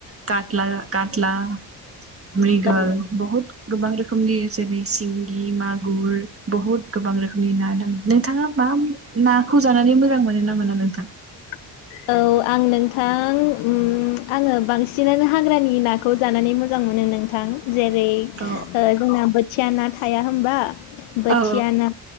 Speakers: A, on the right; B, on the left.
A: कातला कातला म्रिगाल
B: औ
A: बहुत गोबां रोखोमनि जेरै सिंगि मागुर बहुत गोबां रोखोमनि ना दं। नोंथाङा मा <unintelligible> नाखौ जानानै मोजां मोनो ना मोना नोंथां?
B: <inaudible> औ आं नोंथां उम आङो बांसिनानो हाग्रानि नाखौ जानानै मोजां मोनो नोंथां जेरै
A: औ
B: ओ जोंना बोथिया ना थाया होमबा बोथिया
A: औ
B: ना,